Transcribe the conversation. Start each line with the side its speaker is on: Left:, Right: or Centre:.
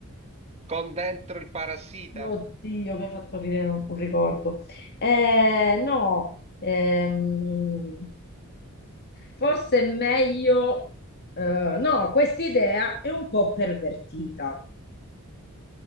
Right: Con dentro il parassita?
Left: Oddio, mi hai fatto venire un, un ricordo. Eh, no, ehm, forse è meglio... eh, no, questa idea è un po' pervertita.